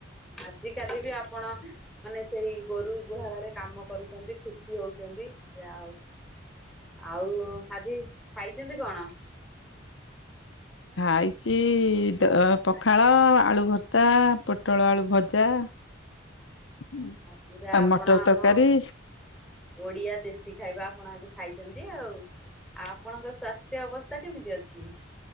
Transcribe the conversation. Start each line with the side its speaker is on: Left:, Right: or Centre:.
Centre: ଆଜିିକାଲି ବି ଆପଣ ମାନେ ସେଇ ଗୋରୁ ଗୁହାଳରେ କାମ କରୁଛନ୍ତି ଖୁସି ହଉଛନ୍ତି ଯାହା ଆଉ। ଆଉ ଆଜି ଖାଇଚନ୍ତି କଣ?
Left: ଖାଇଛି ଦ ପଖାଳ ଆଳୁ ଭର୍ତା ପ ପୋଟଳ ଆଳୁ ଭଜା ଆଉ
Centre: ଆଉ ପୁରା ଆପଣ
Left: ମଟର
Centre: ଆମ
Left: ତରକାରୀ।
Centre: ଓଡିଆ ଦେଶୀ ଖାଇବା ଆପଣ ଆଜି ଖାଇଛନ୍ତି ଆଉ ଆପଣଙ୍କ ସ୍ୱା ସ୍ଥ୍ୟ ଅବସ୍ଥା କେମିତି ଅଛି?